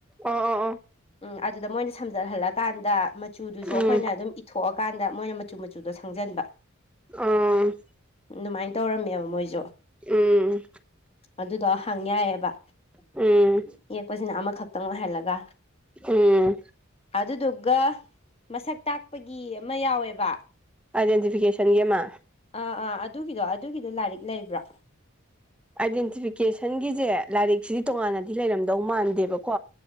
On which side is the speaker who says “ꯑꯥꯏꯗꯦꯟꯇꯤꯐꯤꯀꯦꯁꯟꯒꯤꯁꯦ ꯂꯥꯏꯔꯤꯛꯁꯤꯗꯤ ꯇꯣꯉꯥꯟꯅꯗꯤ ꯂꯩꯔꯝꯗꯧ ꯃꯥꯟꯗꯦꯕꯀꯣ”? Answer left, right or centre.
Centre